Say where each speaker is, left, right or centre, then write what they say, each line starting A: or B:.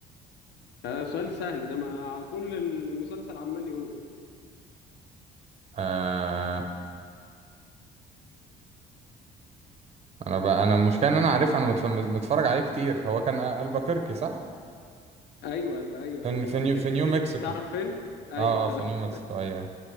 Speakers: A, on the left (about 80°); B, on the right (about 40°).
A: آه سؤال سهل ده ما كل المسلسل عمال يقوله
B: آه انا بقى انا المشكلة ان انا عارف انا متف... متفرج عليه كتير هو كان البكركي صح
A: ايوه الب... ايوه
B: في
A: هي
B: في
A: البكركي
B: نيو في نيو
A: فين
B: مكسيكو
A: تعرف فين
B: اه
A: اي ت...
B: اه في
A: <laughs>
B: نيو مكسيكو اي اي